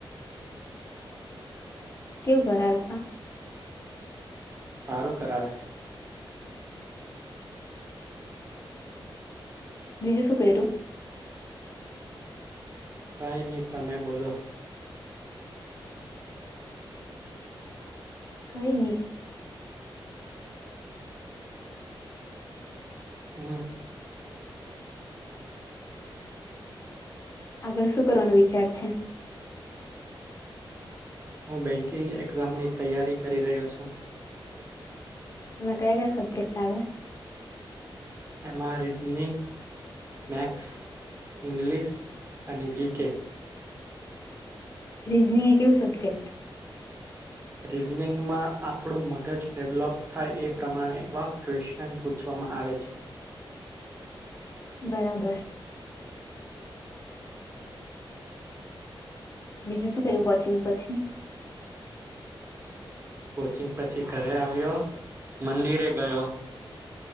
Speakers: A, on the left; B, on the right.
A: કેવું ઘર આવે તા
B: સારું કરાવે
A: બીજું શું કર્યું
B: કાંઈ નહી તમે બોલો
A: કઈ નહી
B: હમ
A: આગળ શું કરવાનો વિચાર છે
B: હું બેન્કિંગ એક્ઝામની તૈયારી કરી રહ્યો છું
A: એમાં કયા કયા સબ્જેક્ટ આવે
B: એમાં રિઝનિ મેથ્સ ઇંગ્લિશ અને જીકે
A: રીઝનિંગ એ એવું સબ્જેક્ટ
B: રીઝનિંગમાં આપણું મગજ ડેવલોપ થાય એ પ્રમાણે એવા ક્વેશ્ચન પૂછવા માં આવે છે
A: બરાબર બીજુ શું કર્યું વોચિંગ પછી
B: કોચિંગ પછી ઘરે આવ્યો મંદિરે ગયો